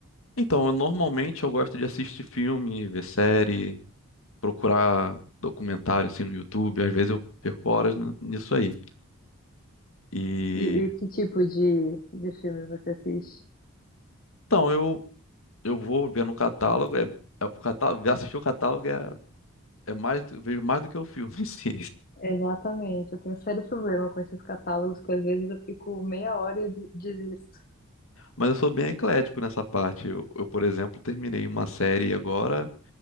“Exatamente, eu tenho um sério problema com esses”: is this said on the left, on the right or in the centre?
Left